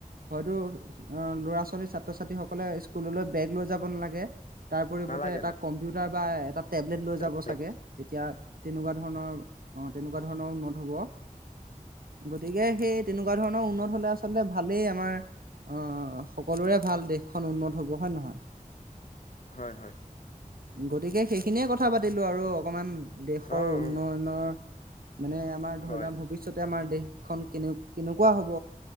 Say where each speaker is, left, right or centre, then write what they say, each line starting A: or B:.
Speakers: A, on the right; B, on the left.
A: হয়তো অ ল'ৰা ছোৱালী ছাত্ৰ-ছাত্ৰীসকলে স্কুললৈ বেগ লৈ যাব নালাগে। তাৰ পৰিৱৰ্তে
B: নালাগে
A: এটা কম্পিউটাৰ বা এটা টেবলেট লৈ যাব
B: নালাগে
A: চাগে, তেতিয়া তেনেকুৱা ধৰণৰ অ তেনেকুৱা ধৰণৰ উন্নত হ'ব। গতিকে সেই তেনেকুৱা ধৰণৰ উন্নত হ'লে আচলতে ভালেই আমাৰ। অ অ সকলোৰে ভাল দেশখন উন্নত হ'ব হয় নহয়।
B: হয় হয়।
A: গতিকে সেইখিনিয়ে কথা পাতিলো আৰু অকমান। দেশৰ
B: অ
A: উন্নয়নৰ
B: অ
A: মানে আমাৰ ধৰি
B: হয়
A: লোৱা ভৱিষ্যতে আমাৰ দেশ খন কেনে কেনেকুৱা হ'ব,